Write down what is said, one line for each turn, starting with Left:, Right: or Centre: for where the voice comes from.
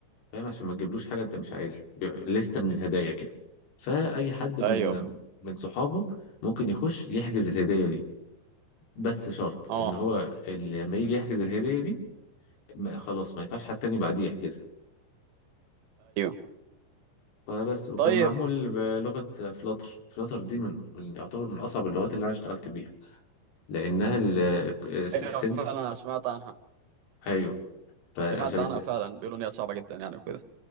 Left: فاهم عشان ما تجيبلوش حاجه انت مش عايزها بيبقى لستة من الهدايا كده فاي حد من
Right: ايوه
Left: من صحابه ممكن يخش يحجز الهدايا دي بس شرط
Right: اه
Left: ان هو لما يجي يحجز الهدايا دي ما- خلاص ما ينفعش حد تاني بعديه يحجزها
Right: ايوه
Left: فبس وكان
Right: طيب
Left: معمول بلغة فلاتر فلاتر دي من من- يعتبر من أصعب اللغات اللي أنا اشتغلت بيها لأنها ال سن
Right: ايوه فعلا سمعت عنها
Left: أيوه فعشان
Right: سمعت
Left: الس...
Right: عنها فعلا بيقولوا ان هي صعبه جدا يعني وكده